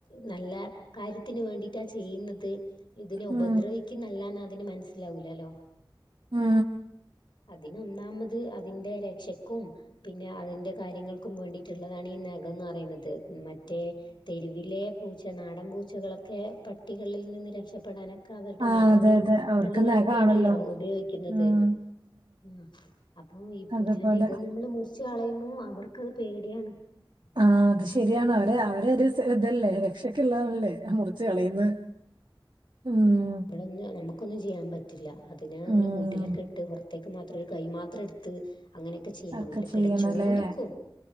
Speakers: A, on the left (about 70°); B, on the right (about 65°).
A: നല്ല കാര്യത്തിന് വേണ്ടിട്ട ചെയ്യുന്നത് ഇതിനെ
B: ഉം
A: ഉപദ്രവിക്ക്ന്നല്ലാന്ന് അതിന് മനസ് സിലാവൂലല്ലോ
B: ഉം
A: അതിനൊന്നാമത് അതിന്റെ രക്ഷക്കും പിന്നെ അതിന്റെ കാര്യങ്ങൾക്കും വേണ്ടിട്ടുള്ളതാണീ നഖന്ന് പറയുന്ന ത് മറ്റേ തെരുവിലെ പൂച്ച നാടൻ പൂച്ചകളൊക്കെ പട്ടികളിൽ നിന്ന് രക്ഷപ്പെടാനെ ക്ക അവര്ടെ
B: ആഹ്
A: നഖങ്ങളും
B: അതെ അതെ അവർക്ക്
A: പല്ലുകള്ക്കെയാണല്ലോ
B: നഖാണല്ലോ
A: ഉപയോഗിക്കുന്നത്
B: ഉം
A: ഉം അ അപ്പൊ ഈ പൂച്ചെന്റെ
B: അതുപോലെ
A: ഇത് നമ്മള് മുറിച്ച് കളയുമ്പോ അവർക്കത് പേടിയാണ്
B: ആ അത് ശരിയാണ് അവരെ അവരോരു സ ഇതല്ലെ രക്ഷക്കുള്ളതല്ലെ മുറിച്ച് കളയിന്ന് ഉം
A: ത് നമുക്കൊന്നും ചെയ്യാൻപറ്റില്ല അതിനെ അതിന്റെ
B: ഉം
A: കൂട്ടിലൊക്കെ ഇട്ട് പുറത്തേക്ക് മാത്രം ഒരു കൈ മാത്രം എടുത്ത് അങ്ങനെയൊക്കെ ചെയ്യണം
B: ഒക്കെ
A: ഇല്ലേ
B: ചെയ്യണല്ലേ
A: പിടച്ചോണ്ടിക്കും.